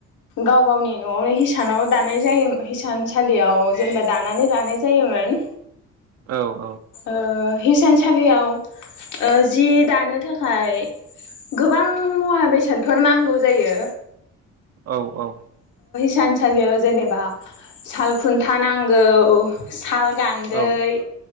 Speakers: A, on the left; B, on the right.
A: गाव गावनि न'आवनो हिसाब हिसानाव दानाय जायो हिसान सालि लियाव जेनेबा दानानै लानाय जायोमोन।
B: औ
A: ओ हिसानसालि आव ओ जि दानो थाखाय गोबां मुवा बेसादफोर नांगौ जायो
B: औ औ
A: सानसालियाव जेनेबा साल खुन न्था नांगौ साल गान्दै,
B: औ औ